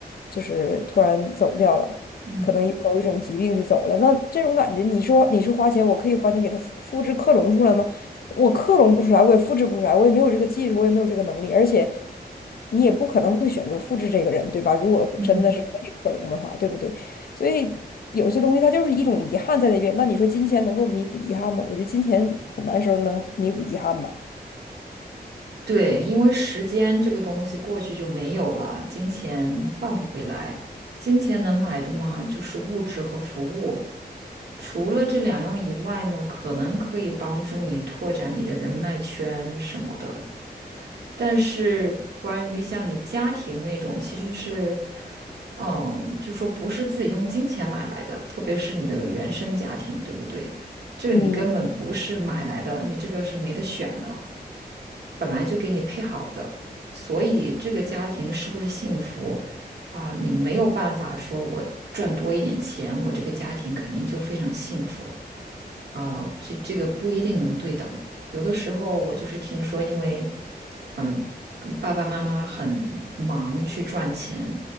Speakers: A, on the left (about 65°); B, on the right (about 85°).
A: 就是突然走掉了。
B: 嗯
A: 可能某一种疾病就走了，那这种感觉，你说你是花钱，我可以花钱给他复复制克隆出来吗？我克隆不出来，我也复制不出来，我也没有这个技术，我也没有这个能力，而且你也不可能会选择复制这个人，对吧？如果真的是可以克隆的话，
B: 嗯。
A: 对不对？所以有些东西它就是一种遗憾在那边。那你说金钱能够弥补遗憾吗？我觉得金钱很难时候能弥补遗憾吧。
B: 对，因为时间这个东西过去就没有了，金钱换不回来。金钱能买的嘛，就是物质和服务。除了这两样以外呢，可能可以帮助你拓展你的人脉圈什么的。但是关于像你家庭那种，其实是，嗯，就说不是自己用金钱买来的，特别是你的原生家庭，对不对？这个你根本不是买来的，
A: 嗯。
B: 你这个是没得选的。本来就给你配好的，所以这个家庭是不是幸福啊，你没有办法说我赚多一点钱，我这个家庭肯定就非常幸福啊，这这个不一定能对等。有的时候我就是听说，因为嗯嗯爸爸妈妈很忙去赚钱，